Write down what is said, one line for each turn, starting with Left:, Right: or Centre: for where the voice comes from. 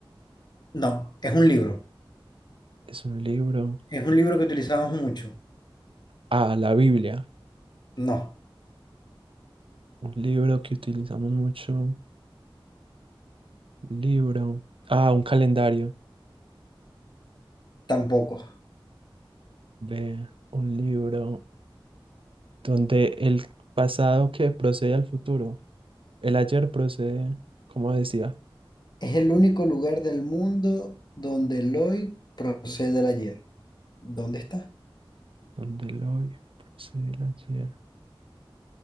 Left: No, es un libro.
Right: es un libro.
Left: Es un libro que utilizamos mucho.
Right: Ah, la Biblia.
Left: No,
Right: Un libro que utilizamos mucho. Libro. Ah, un calendario.
Left: tampoco.
Right: Ve, un libro donde el pasado que procede al futuro. El ayer procede, como decía,
Left: Es el único lugar del mundo donde el hoy procede del ayer. ¿Dónde está?
Right: donde el hoy procede el ayer.